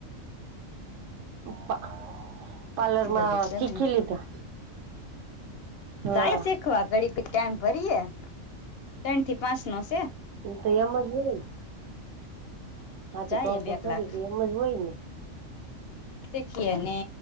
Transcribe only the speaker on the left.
એવું છે
એમને
જાય શીખવા ઘડી ટાઈમ ભરીએ ત્રણ થી પાંચ નો છેે.
જાય
બે
કલાક
શીખીને